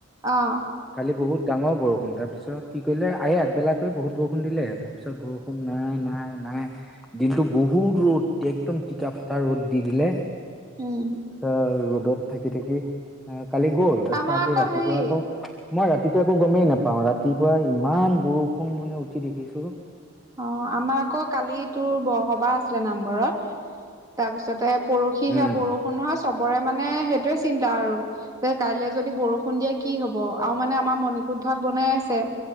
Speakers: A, on the right (about 15°); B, in the centre.
A: অ'।
B: কালি বহুত ডাঙৰ বৰষুণ তাৰ পিছত কি কৰিলে আ এই আগবেলাকৈ বহুত বৰষুণ দিলে তাৰপিছত বৰষুণ নাই- নাই নাই- নাই দিনতটো বহুত ৰ'দ একদম টিকা ফটা ৰ'দ দি দিলে।
A: উম।
B: ৰ'দত থাকি-থাকি এ কালি গ'ল তাৰপিছত
A: আমাৰ
B: আজি
A: আকৌ
B: ৰাতিপুৱা
A: হেৰি
B: আকৌ মই ৰাতিটো একো গমেই নাপাওঁ ৰাতিপুৱা ইমান বৰষুণ মানে উঠি দেখিছো।
A: অ', আমাৰ আকৌ কালি তোৰ বৰসবাহ আছিলে নামঘৰত তাৰপিছতে পৰশি
B: উম
A: সেয়া বৰষুণ নহয় চব ৰে মানে সেইটোয়ে চিন্তা আৰু যে কাইলে যদি বৰষুণ দিয়ে কি হ'ব আৰু মানে আমাৰ মণিকুত ভাগ বনাই আছে